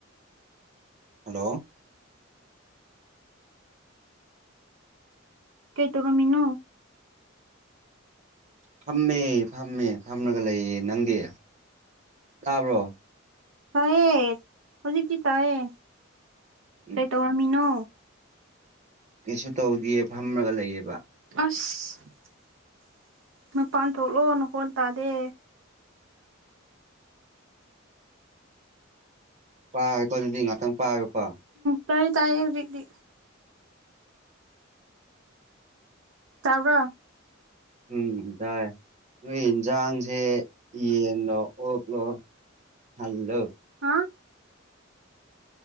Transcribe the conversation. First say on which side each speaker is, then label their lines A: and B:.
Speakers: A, on the right; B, on the right.
A: ꯍꯜꯂꯣ
B: ꯀꯩ ꯇꯧꯔꯝꯃꯤꯅꯣ
A: ꯐꯝꯃꯦ ꯐꯝꯃꯦ ꯐꯝꯂꯒ ꯂꯩꯌꯦ ꯅꯪꯗꯤ ꯇꯥꯕ꯭ꯔꯣ
B: ꯆꯥꯏꯑꯦ ꯍꯧꯖꯤꯛꯇꯤ ꯇꯥꯏꯌꯦ
A: ꯎꯝ
B: ꯀꯩ ꯇꯧꯔꯝꯃꯤꯅꯣ
A: ꯀꯩꯁꯨ ꯇꯧꯗꯌꯦ ꯐꯝꯔꯒ ꯂꯩꯌꯦꯕ
B: <unintelligible> ꯃꯄꯥꯟ ꯊꯣꯛꯂꯣ ꯅꯍꯣꯟ ꯇꯥꯗꯦ
A: ꯄꯥꯏ ꯀꯣ ꯗꯨꯗꯤ ꯉꯥꯛꯇꯪ ꯄꯥꯏꯑꯣꯀꯣ
B: ꯇꯥꯏ ꯇꯥꯏ ꯍꯧꯖꯥꯛ ꯇꯤ ꯇꯕꯔ
A: ꯎꯝ ꯇꯥꯏ ꯅꯣꯏ ꯌꯦꯟꯖꯥꯡꯁꯦ ꯌꯦꯟꯂꯣ ꯑꯣꯛꯂꯣ ꯍꯜꯂꯣ
B: ꯍꯥ